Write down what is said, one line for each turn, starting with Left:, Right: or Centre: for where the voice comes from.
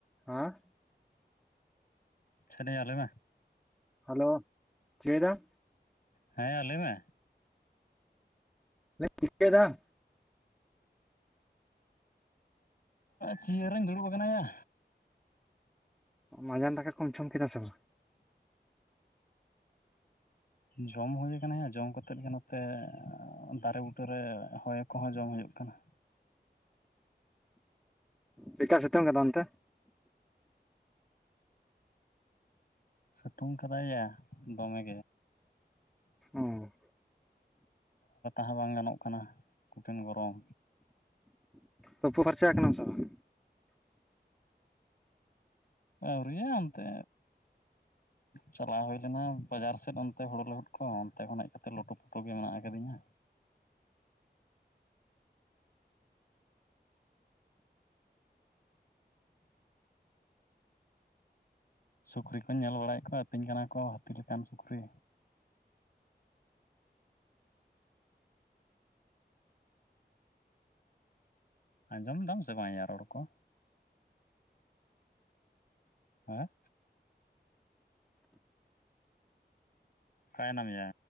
Centre: ᱦᱮᱸ
Left: ᱥᱮᱱ ᱟᱞᱮ ᱢᱮ
Centre: ᱦᱟᱞᱳ ᱪᱟᱹᱭᱮᱫᱟᱢ
Left: ᱦᱮᱸ ᱭᱟ ᱞᱟᱹᱭ ᱢᱮ
Centre: ᱴᱤᱠ ᱫᱟᱢ
Left: ᱪᱤᱭᱟᱹᱨᱤᱧ ᱫᱩᱲᱩᱵ ᱟᱠᱟᱱᱟ ᱭᱟ
Centre: ᱢᱟᱸᱡᱟᱱ ᱫᱟᱠᱟ ᱠᱚᱢ ᱡᱚᱢ ᱠᱮᱫᱟ ᱥᱮ ᱵᱟᱝ
Left: ᱡᱚᱢ ᱦᱩᱭ ᱢᱟᱱᱮ ᱡᱚᱢ ᱠᱟᱛᱮᱫ ᱜᱮ ᱱᱚᱛᱮ ᱫᱟᱨᱮ ᱵᱩᱴᱟᱹᱨᱮ ᱦᱚᱭ ᱠᱚᱦᱚᱸ ᱡᱚᱢ ᱦᱩᱭᱩᱜ ᱠᱟᱱᱟ
Centre: ᱪᱮᱜᱠᱟ ᱥᱤᱛᱩᱝ ᱠᱟᱫᱟ ᱚᱱᱛᱮ
Left: ᱥᱤᱛᱩᱝ ᱠᱟᱫᱟᱭᱭᱟ ᱫᱚᱢᱮ
Centre: ᱚ
Left: ᱛᱟᱦᱟᱸ ᱵᱟᱝ ᱜᱟᱱᱚᱜ ᱠᱟᱱᱟ ᱠᱩᱴᱷᱤᱱ ᱜᱚᱨᱚᱢ
Centre: ᱛᱩᱯᱩ ᱯᱷᱟᱨᱪᱟ ᱠᱟᱱᱟᱢ ᱥᱮ ᱵᱟᱝ
Left: ᱟᱹᱣᱨᱤᱭᱟ ᱚᱱᱛᱮ ᱪᱟᱞᱟᱣ ᱦᱩᱭ ᱞᱮᱱᱟ ᱵᱟᱡᱟᱨ ᱥᱮᱫ ᱚᱱᱛᱮ ᱦᱳᱲᱳ ᱞᱟᱹᱦᱩᱫ ᱠᱚ ᱚᱱᱛᱮ ᱠᱷᱚᱱ ᱦᱮᱡ ᱠᱟᱛᱮ ᱞᱳᱴᱳᱼᱯᱳᱴᱳ ᱜᱮ ᱢᱮᱱᱟᱜ ᱟᱠᱟᱫᱤᱧ ᱟ ᱥᱩᱠᱨᱤ ᱠᱚᱧ ᱧᱮᱞ ᱵᱟᱲᱟᱭᱮᱫ ᱠᱚᱣᱟ ᱟᱹᱛᱤᱧ ᱠᱟᱱᱟ ᱠᱚ ᱦᱟᱹᱛᱤ ᱞᱮᱠᱟᱱ ᱥᱩᱠᱨᱤ ᱟᱸᱡᱚᱢ ᱫᱟᱢ ᱥᱮ ᱵᱟᱝᱭᱟ ᱨᱚᱲ ᱠᱚ ᱦᱮᱸ ᱠᱟᱭ ᱱᱟᱢ ᱭᱟ